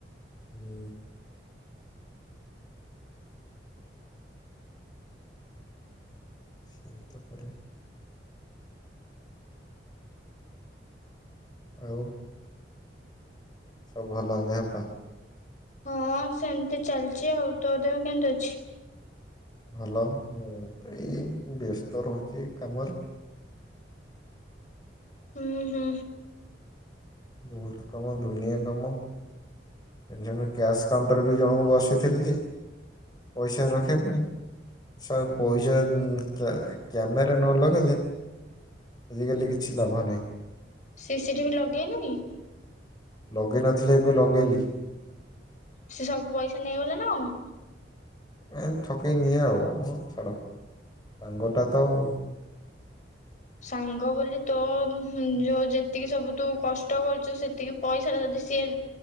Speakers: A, on the left; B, on the left.
A: ହୁଁ ସେଇତି ପରେ ଆଉ ସବୁ ଭଲ ଦେହପା
B: ହଁ ଅ ସେମତି ଚାଲିଛି ଆଉ ତୋ ଦେହ କେମତି ଅଛି?
A: ଭଲ ହୁଁ ଏଇ ବ୍ୟସ୍ତ ରହୁଛି ଏ କାମରେ
B: ହୁଁ ହୁଁ
A: ବହୁତ କାମ ଦୁନିଆ କାମ ଯେବେ କ୍ୟାସ୍ କାଉଣ୍ଟର ବି ଜଣଙ୍କୁ ବସେଇଥିଲି ଯେ ପଇସା ରଖିବା ପାଇଁ ଶଳା ପଇସା କ୍ୟାମେରା ନ ଲଗେଇଲେ ଆଜିକାଲି କିଛି ଲାଭ ନାହିଁ।
B: ସିସିଟିଭି ଲଗେଇନୁ କି?
A: ଲଗେଇନଥିଲି ଏବେ ଲଗେଇଲି
B: ସେ ସବୁ ପଇସା ନେଇଗଲେ ନା ଆଉ
A: ଏମତ ଠକେଇ ନିଏ ଆଉ ଛାଡ଼ ସାଙ୍ଗଟା ତ ଆଉ
B: ସାଙ୍ଗ ବୋଲି ତୋ ହୁଁ ଯୋଉ ଯେତିକି ସବୁ ତୁ କଷ୍ଟ କରୁଛୁ ସେତିକି ପଇସାରେ ଯଦି ସିଏ